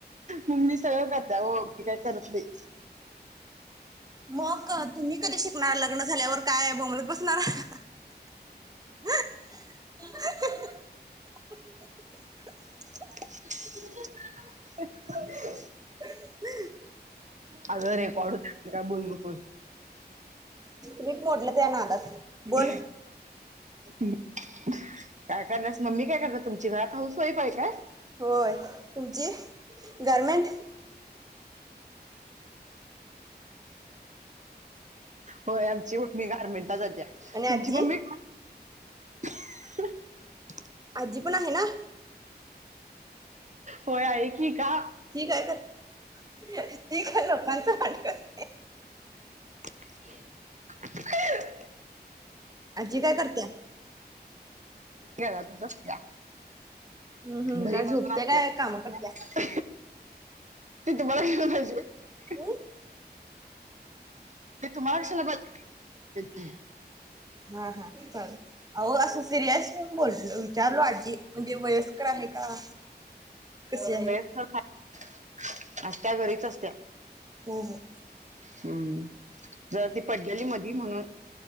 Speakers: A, on the right (about 45°); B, on the right (about 20°).
A: मम्मी सगळं करत्या ओ मी काय करत नाही.
B: मग तुम्ही कधी शिकणार लग्न झाल्यावर काय बोंबलत बसणारा? <inaudible> <inaudible>
A: <inaudible>
B: <inaudible>
A: अगं रेकॉड होतंय असं काय बोलू नकोस.
B: <unintelligible> मोडलं त्या नादात.
A: <inaudible>
B: बोल
A: काय कराल्यास मम्मी काय करतात तुमची? घरात हाऊस वाईफ आहे काय?
B: होय तुमची गारमेंट.
A: होय आमची मम्मी गारमेंटला जात्या.
B: आणि आजी
A: तुमची मम्मी <unintelligible>
B: आजी पण आहे ना?
A: होय आहे की का?
B: ती काय करत्या? ती काय लोकांच <unintelligible>
A: <inaudible>
B: आजी काय करत्या?
A: घरातच बसत्या.
B: हम्म हम्म
A: घरी
B: काय झोपत्या
A: बसून असत्या.
B: काय काम करत्या
A: ते तुम्हाला कशाला पाहिजे?
B: हम्म?
A: ते तुम्हाला कशाला <unintelligible>
B: हां हां चालेल, अहो असं सिरअस बोललो विचारलो आजी म्हणजे वयस्कर आहे का? कशी आहे?
A: <unintelligible> असत्या घरीच असत्या.
B: हो हो.
A: हम्म जर ती पडल्याली मधी म्हणून